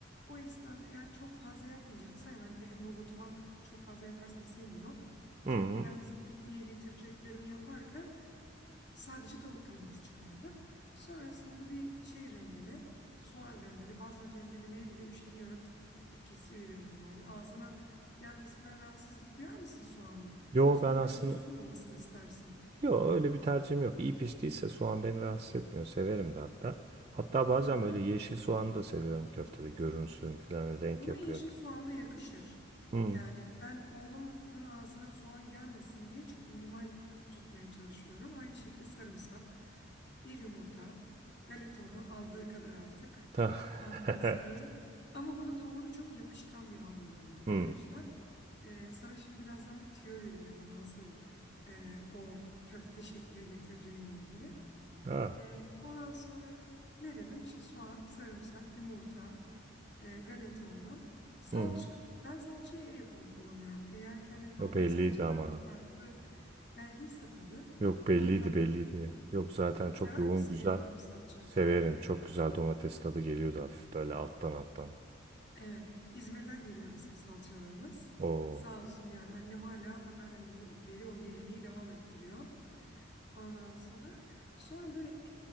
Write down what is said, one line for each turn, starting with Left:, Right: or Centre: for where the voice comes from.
Left: O esnada eğer çok fazla yapmayacaksam yani benim robotuma çok fazla yaparsam sığmıyor.
Right: Hı.
Left: Çok ben mesela pikniğe getireceklerimi yaparken Sadece tavuk kıyması çıkardım. Sonrasında bir şey rendele, soğan rendele. Bazen rendelemeye bile üşeniyorum. Tık tık tık tık kesiveriyorum yani. Ağzına gelmesinden rahatsızlık duyar mısın soğanın?
Right: Yo
Left: Yoksa
Right: ben
Left: böyle
Right: aslında
Left: pürüzsüz mü olmasını istersin?
Right: Yok öyle bir tercihim yok. İyi piştiyse soğan beni rahatsız etmiyor. Severim de hatta. Hatta bazen
Left: Hı.
Right: böyle yeşil soğanı da seviyorum köftede. Görünsün falan renk
Left: Buna
Right: yapıyor.
Left: yeşil soğan da yakışır.
Right: Hmm.
Left: Yani ben oğlumun ağzına soğan gelmesin diye çok minimal tutmaya çalışıyorum. Aynı şekilde sarımsak, bir yumurta, galeta unu aldığı kadar artık.
Right: Ta.
Left: Ondan
Right: <laughs>
Left: sonra ama bunun hamuru çok yapışkan bir hamur oluyor.
Right: hmm.
Left: O yüzden e, sana şimdi birazdan bir tüyo vereceğim onu nasıl e, o köfte şekline getireceğinle ilgili.
Right: Ah.
Left: Ee, ondan sonra ne dedim? İşte soğan, sarımsak, yumurta, e, galeta unu, salça.
Right: Hmm.
Left: Ben salçayı ev yapımı kullanıyorum. Eğer ki hani normal
Right: O belliydi
Left: salçalardan
Right: ama.
Left: farklı geldiyse tadı
Right: Yok belliydi
Left: ondandır
Right: belliydi.
Left: yani.
Right: Yok zaten çok
Left: Sever
Right: yoğun
Left: misin
Right: güzel.
Left: ev yapımı salça?
Right: Severim. Çok güzel domates tadı geliyordu hafif böyle alttan alttan.
Left: Evet, İzmir'den geliyor bizim salçalarımız.
Right: Oo.
Left: Sağ olsun yani annem hala anneannemden beri o geleneği devam ettiriyor. Ondan sonra sonra böyle e,